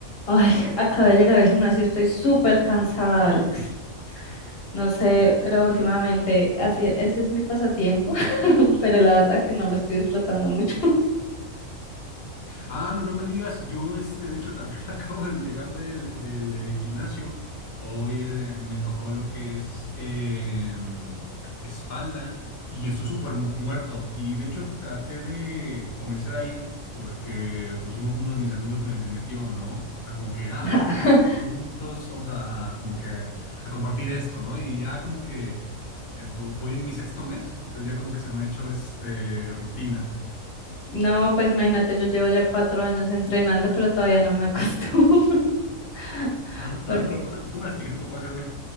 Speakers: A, on the left; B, on the left.
A: Ay, <laughs> acabo de llegar al gimnasio, estoy súper cansada, Alex. No sé, pero últimamente, así, ese es mi pasatiempo, <laughs> pero la verdad que no lo estoy disfrutando mucho.
B: Ah, no, no me digas, yo este, de hecho también <laughs> acabo de llegar del, del, eh, gimnasio. Hoy eh, me tocó lo que es eh, espalda y estoy súper mu- muerto. Y de hecho traté de comenzar a ir porque pues uno, uno de mis amigos me, me metió, ¿no? O sea, como que, ah,
A: <laughs>
B: pues vamos a hacerlo juntos, vamos a, a como que a compartir esto, ¿no? Y ya como que eh, vo- voy en mi sexto mes, entonces ya como que se me ha hecho este rutina.
A: No, pues imagínate, yo llevo ya cuatro años entrenando, pero todavía no me acostumbro. <laughs>
B: Pero no- todavía
A: porque
B: no, no te acostumbras. ¿Y qué te tocó hacer hoy?